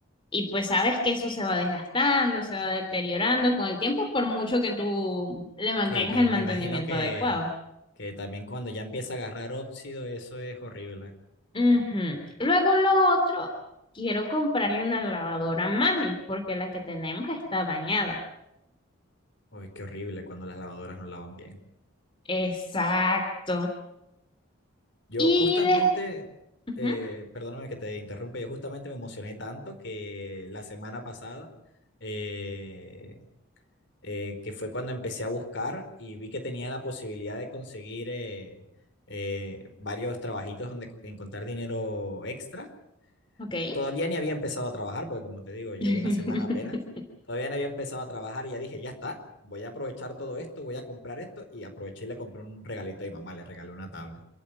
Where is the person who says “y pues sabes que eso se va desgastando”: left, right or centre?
Left